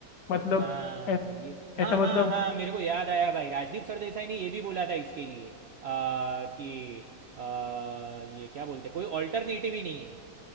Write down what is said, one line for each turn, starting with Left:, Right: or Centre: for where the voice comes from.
Left: मतलब
Right: हाँ
Left: ऐ-
Right: ये हाँ
Left: ऐसा मतलब
Right: हाँ हाँ मेरे को याद आया भाई राजदीप सरदेसाई ने ये भी बोला था इसके लिए आ, कि आ, ये क्या बोलते कोई ऑल्टरनेटिव ही नहीं है